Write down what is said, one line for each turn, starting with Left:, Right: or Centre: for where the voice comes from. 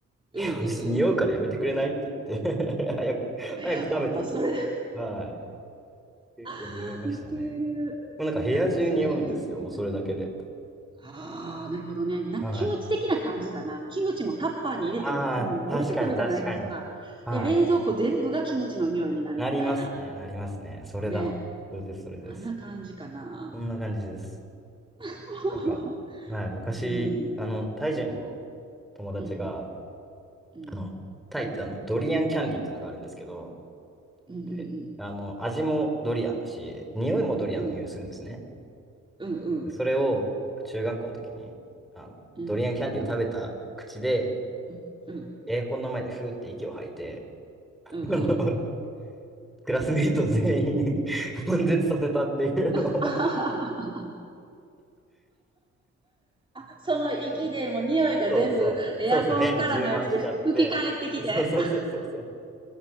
Right: うんうん。
Centre: いやちょっと匂うからやめてくれないって言って <laughs> 早く、
Right: あやっぱそれだ。
Centre: 早く食べてとか言って。はい。結構匂いましたね。
Right: <laughs> ウケる。
Centre: もうなんか部屋中匂うんですよ、
Right: やっぱそれだけすごいんだ。
Centre: もうそれだけで。
Right: ああ、なるほどね。なんかキムチ的な感じかな。
Centre: はい。
Right: キムチもタッパーに入れても、
Centre: ああ、
Right: あれも漏れてくるじゃないですか。
Centre: 確かに確かに。はい。
Right: で、冷蔵庫全部がキムチの匂いになるみたいな。
Centre: なりますね、なりますね。それだ。
Right: ね。
Centre: それです、それです。
Right: あんな感じかな。
Centre: こんな感じです。
Right: <laughs>
Centre: なんか、はい、昔、
Right: うん。
Centre: あの、タイ人の友達が、
Right: うんうん。うん。
Centre: あの、タイってあの、ドリアンキャンディーっていうのがあるんですけど、
Right: うんうんうん。
Centre: であの、味もドリアンだし、匂いもドリアンの匂いするんですね。
Right: うん。うんうん。
Centre: でそれを、中学校の時に、あの、
Right: うん。
Centre: ドリアンキャンディーを食べた口で、
Right: うん。うん
Centre: エアコンの前でふーって息を吐いて、あのが
Right: うん。
Centre: クラスメイト全員 <laughs> 悶絶させたっていうのを
Right: <laughs> あ、その息でもう匂いが全部エアコンからのやつで吹き返ってきて。
Centre: そうそう、そうそう、部屋に充満しちゃって、そうそうそうそうそう。